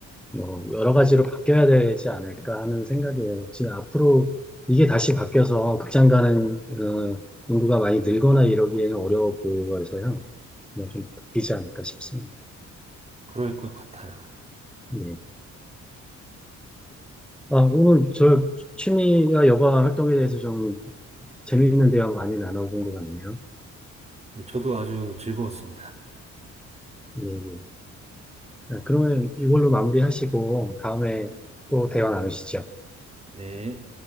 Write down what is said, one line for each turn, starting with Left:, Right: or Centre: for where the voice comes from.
Centre: 뭐 여러 가지로 바뀌어야 되지 않을까 하는 생각이에요. 지금 앞으로 이게 다시 바뀌어서 극장 가는 어, 인구가 많이 늘거나 이러기에는 어려워 보여서요. 뭐 좀 바뀌지 않을까 싶습니다.
Right: 그럴 것 같아요.
Centre: 예. 아, 오늘 저 취미와 여가 활동에 대해서 좀 재미있는 대화 많이 나눠본 것 같네요.
Right: 네, 저도 아주 즐거웠습니다.
Centre: 예, 예. 아, 그러면 이걸로 마무리하시고 다음에 또 대화 나누시죠.
Right: 네.